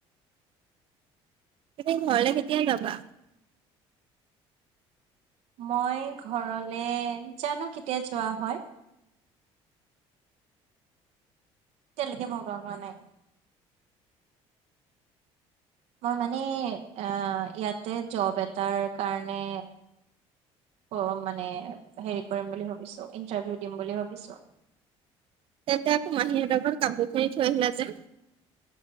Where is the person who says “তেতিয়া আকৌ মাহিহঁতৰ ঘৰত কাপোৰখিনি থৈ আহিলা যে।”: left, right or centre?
Right